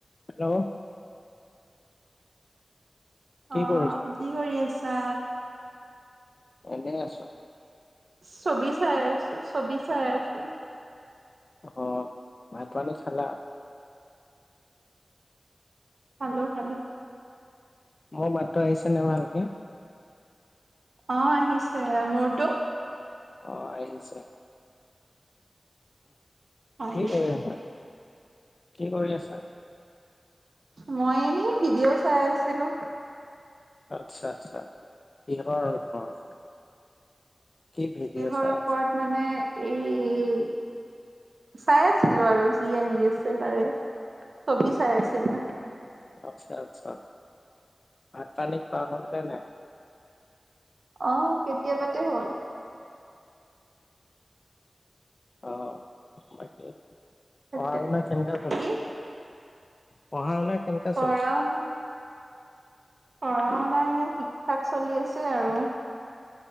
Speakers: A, on the left; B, on the right.
A: Hello কি
B: আহ
A: কৰিছা?
B: কি কৰি আছা?
A: এনেই আছো।
B: চবি চাই আছো চবি চাই আছো।
A: অ ভাত পানী খালা?
B: খালো খালো।
A: মোৰ মাতটো আহিছে নে ভালকে?
B: অ আহিছে। মোৰটো?
A: অ আহৈছে।
B: হয়,
A: কি কৰি আছা? কি কৰি আছা?
B: মই এনেই ভিডিঅ' চাই আছিলো।
A: আচ্ছা আচ্ছা। কিহৰ ওপৰত? কি ভিডিঅ'
B: কিহৰ
A: চাই
B: ওপৰত
A: আছা?
B: মানে এই চাই আছিলো আৰু যি আহি আছে তাৰে চবি চাই আছিলোঁ।
A: আচ্ছা আচ্ছা। ভাত পানী খোৱা হলে নে নাই?
B: আহ কেতিয়াবাতে হ'ল।
A: অ বাকি
B: কেতিয়া
A: পঢ়া শুনা কেনেকা চলিছে?
B: কি
A: পঢ়া শুনা কেনেকা
B: পঢ়া
A: চলিছে?
B: শু পঢ়া শুনা এ ঠিক ঠাক চলি আছে আৰু।